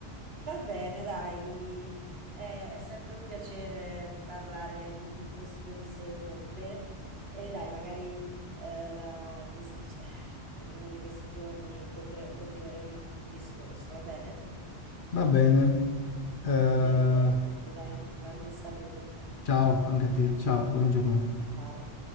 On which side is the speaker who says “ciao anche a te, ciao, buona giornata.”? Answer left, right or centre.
Left